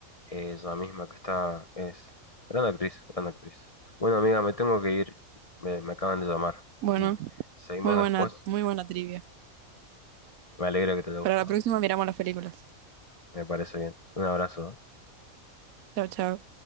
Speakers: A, on the left (about 35°); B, on the right (about 85°).
A: Ella misma que está, es gran actriz, gran actriz. Bueno, amiga, me tengo que ir. Me, me acaban de llamar.
B: Bueno,
A: Y seguimos
B: muy buena,
A: después.
B: muy buena trivia.
A: Me alegra que te haya gustado.
B: Para la próxima miramos las películas.
A: Me parece bien. Un abrazo.
B: Chao, chao.